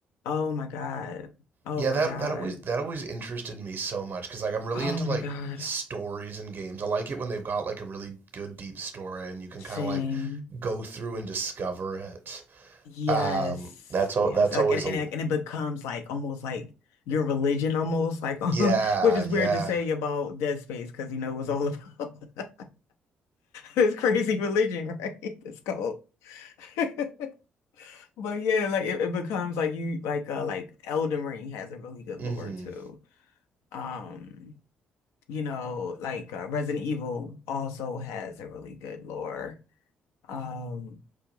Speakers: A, on the left; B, on the right.
A: oh my God. Oh
B: Yeah,
A: my
B: that
A: God.
B: that always that always interested me so much because like I'm really
A: Oh
B: into
A: my
B: like
A: God.
B: stories and games. I like it when they've got like a really good deep story and you can
A: Same.
B: kind of like go through and discover it.
A: Yes,
B: Um, that's al-
A: yes,
B: that's
A: like
B: always
A: and and
B: a
A: it, and it becomes like almost like your religion, almost like
B: yeah
A: <laughs> which is
B: yeah.
A: weird to say about Dead Space because you know it was all about <laughs> this crazy religion, right? <laughs> It's called. <laughs> but yeah, like it, it becomes like you like uh like Elden Ring has a really good lore
B: hmm
A: too. Um, you know, like uh, Resident Evil also has a really good lore. Um,